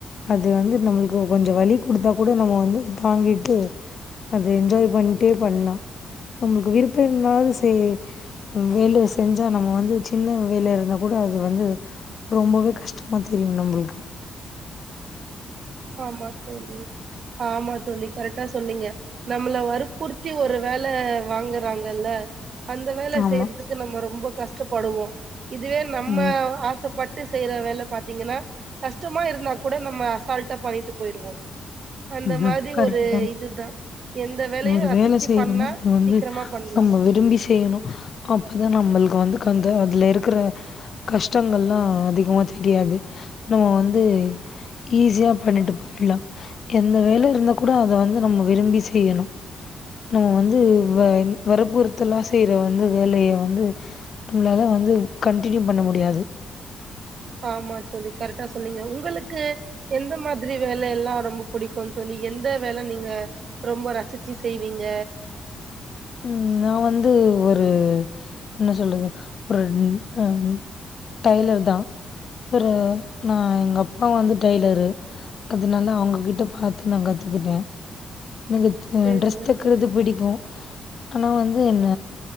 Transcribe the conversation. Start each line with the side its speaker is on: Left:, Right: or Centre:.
Left: அது வந்து நம்மளுக்கு கொஞ்ச வலி குடுத்தா கூட நம்ம வந்து அத தாங்கிட்டு அது என்ஜாய் பண்ணிட்டே பண்லா நம்மளுக்கு விருப்ப இருந்தாலு சே வேல செஞ்சா நம்ம வந்து சின்ன வேலைய இருந்தா கூட அது வந்து ரொம்பவே கஷ்டமா தெரியு நம்ளுக்கு
Right: ஆமா தோழி ஆமா தோழி கரெக்டா சொன்னீங்க நம்மள வருக் குர்த்தி ஒரு வேல வாங்குறாங்கல்ல அந்த வேல
Left: ஆமா.
Right: செய்யறதுக்கு நம்ம ரொம்ப கஷ்டப்படுவோ இதுவே நம்ம
Left: ம்.
Right: ஆசைப்பட் டு செய்யற வேல பாத்தீங்கன்னா கஷ்டமா இருந்தா கூட நம்ம அசால்டா பண்ணிட்டு போயிருவோ அந்த
Left: ம்
Right: மாதிரி
Left: கரக்டுந்தாங்
Right: ஒரு இதுதா எந்த வேலையு
Left: ஒரு
Right: ரசிச்சு
Left: வேல செய்யணுனா
Right: பண்ணா
Left: வந்து
Right: சீக்கிரமா பண்லா
Left: நம்ம விரும்பி செய்யணு அப்தா நம்மளுக்கு வந்து கந்த அதுல இருக்கற கஷ்டங்கள்ல்லா அதிகமா தெரியாது நம்ம வந்து ஈஸியா பண்ணிட்டு போய்ட்லா எந்த வேல இருந்தா கூட அத வந்து நம்ம விரும்பி செய்யணு நம்ம வந்து வ வரற்புறுத்தல்லா செய்யற வந்து வேலைய வந்து நம்மளால வந்து கன்டினியூ பண்ண முடியாது
Right: ஆமா தோழி கரெட்டா சொன்னீங்க உங்களுக்கு எந்த மாத்ரி வேலை எல்லா ரொம்ப புடிக்கூந் தோழி எந்த வேல நீங்க ரொம்ப ரசிச்சி செய்வீங்க
Left: ம் நா வந்து ஒரு என்ன சொல்லுது ஒரு அ டைய்லர் தா ஒரு நா எங்க அப்பா வந்து டெய்லரு அதுனால அவுங்ககிட்ட பாத்து நா கத்துக்கிட்டே எனக்கு ட்
Right: சேரிங்க
Left: ட்ரெஸ் தக்கிறது
Right: தோழி
Left: பிடிக்கூ ஆனா வந்து என்ன